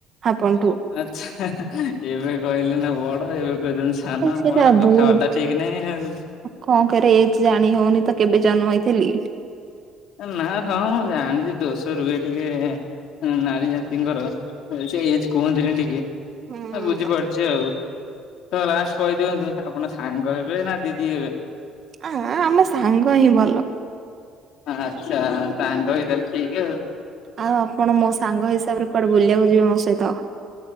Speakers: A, on the right; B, on the left.
A: ଆପଣଠୁ।
B: ଆଛା ଏବେ କହିଲେ ନା ବଡ ଏବେ କହୁଚନ୍ତି ସା ନ।
A: ସେଇଟା
B: ଆପଣ ତ କଥାବାର୍ତ୍ତା
A: ବହୁତ
B: ଠିକ ନାହିଁ ଆଉ।
A: କଣ କରିଆ ଏଜ ଜାଣି ହଉନି ତ କେବେ ଜନ୍ମ ହେଇଥିଲି।
B: ନା ହଁ ମୁଁ ଜାଣିଚି ଦୋଷ ରୁହେ ଟିକେ ନାରୀ ଜାତିଙ୍କର ଏଜ କୁହନ୍ତିନି ଟିକେ
A: ହୁଁ
B: ବୁଝିପାରୁଚି ଆଉ। ତ ଲାଷ୍ଟ କହିଦିଅନ୍ତୁ ଆପଣ ସାଙ୍ଗ ହେବେ ନା ଦିଦି ହେବେ?
A: ଆ ଆମ ସାଙ୍ଗ ହିଁ ଭଲ।
B: ଆଚ୍ଛା ସାଙ୍ଗ ହେଇ ତାହେଲେ ଠିକ୍ ଆଉ।
A: ଆଉ ଆପଣ ମୋ ସାଙ୍ଗ ହିସାବରେ କୁଆଡେ ବୁଲିବାକୁ ଯିବେ ମୋ ସହିତ?